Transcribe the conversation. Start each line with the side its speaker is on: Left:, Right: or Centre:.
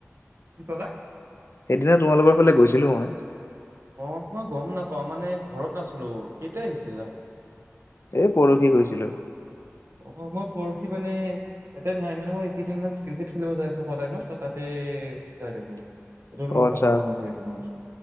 Right: কি ক'লা?
Left: সেইদিনা তোমালোকৰ ফালে গৈছিলোঁ মই।
Right: অ' মই গ'ম নাপাওঁ মানে ঘৰত নাছিলোঁ, কেতিয়া আহিছিলা?
Left: এই পৰহি গৈছিলোঁ।
Right: অ' মই পৰহি মানে ইয়াতে নাই মানে মই এইকেইদিন মই ক্ৰিকেট খেলিব যাই আছোঁ সদায় ন ত তাতে এই যায় থাকিব এইটো কাৰানে
Left: অ
Right: মোক
Left: আচ্ছা
Right: দেখাব <unintelligible>